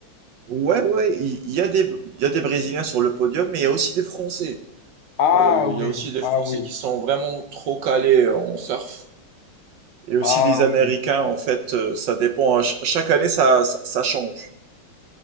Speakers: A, on the right; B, on the left.
A: ouais, ouais, il il y, a des, il y a des Brésiliens sur le podium, mais il y a aussi des Français.
B: Ah
A: Euh,
B: oui,
A: Il y a aussi des
B: ah
A: Français
B: oui,
A: qui sont vraiment trop calés en surf. Et aussi
B: ah
A: des Américains,
B: oui.
A: en fait, euh, ça dépend. hein. Ch- chaque année, ça, ça, ça change.